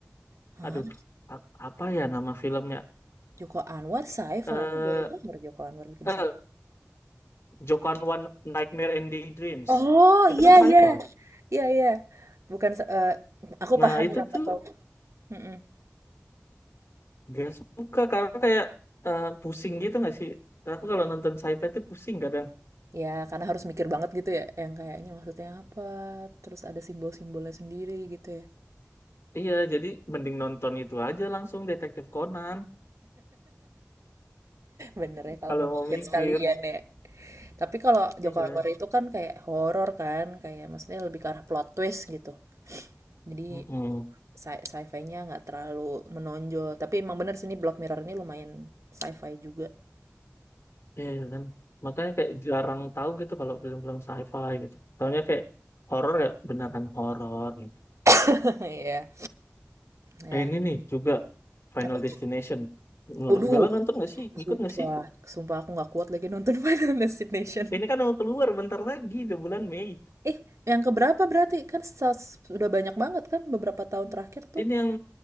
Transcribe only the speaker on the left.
Aduh, a- apa ya nama filmnya?
Eh,
eh,
Joko Anwar Nightmare and Daydreams
itu
kan sci-fi
nah
itu
tuh
gak suka karena kayak eh, pusing gitu gak sih Karena aku kalau nonton sci-fi itu pusing kadang
iya jadi mending nonton itu aja langsung Detektif Conan
kalau
mau mikir
iya
Mm-mm.
iya kan makanya kayak jarang tahu gitu kalau film-film sci-fi gitu Tahunya kayak horor ya beneran horor gitu
eh ini nih juga Final
Destination
menurut
Bella nonton gak sih ngikut
gak sih
Ini kan mau keluar bentar lagi udah bulan Mei.
Ini yang